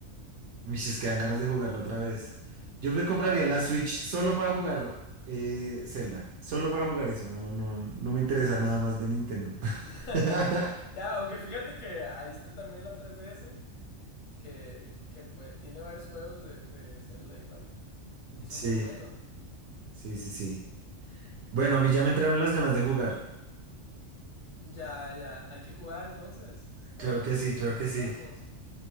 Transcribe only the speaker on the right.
Uy, es que dan ganas de jugarlo otra vez. Yo me
compraría
la
Switch
solo para jugar eh, Zelda. Solo para jugar eso. No, no, no me interesa nada más de Nintendo.
<laughs>
Sí,
sí, sí, sí. Bueno, a mí ya me entraron las ganas de jugar.
Claro
que
sí, claro que
sí.